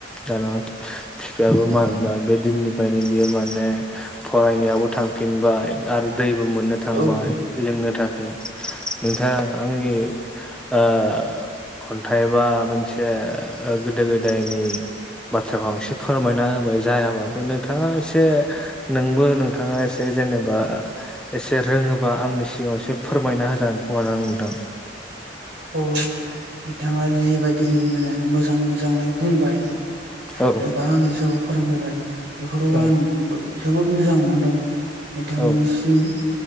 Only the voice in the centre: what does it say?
दाना बिफायाबो मानबा बे दिननिफ्रायनो बेयो माने फरायनायावबो थांफिनबाय आरो दैबो मोननो थांबाय
लोंनो थाखाय नोंथां आंनि ओ खन्थाइ बा मोन एसे गोदो गोदायनि बाथ्राखौ आं एसे फोरमायना होबाय जायाबाबो नोंथाङा एसे नोंबो नोंथाङा एसे जेनेबा एसे रोङोबा आंनि सिगाङाव एसे फोरमायना होजानो खोमाादों नोंथां
औ
औ
औ